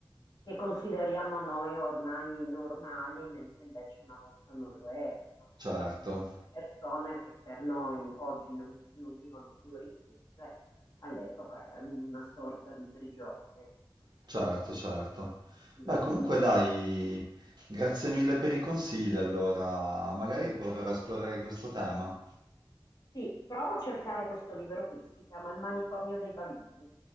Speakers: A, on the left; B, on the right.
A: che consideriamo noi ormai normali, mentre invece una volta non lo erano,
B: Certo,
A: perché queste persone che per noi oggi non, non vivono più rinchiuse, all'epoca erano in una sorta di prigione. e Quindi,
B: certo, certo.
A: effettivamente,
B: Beh, comunque dai, grazie mille per i consigli, allora magari proverò a esplorare questo tema.
A: sì, prova a cercare questo libro qui, si chiama Il manicomio dei bambini,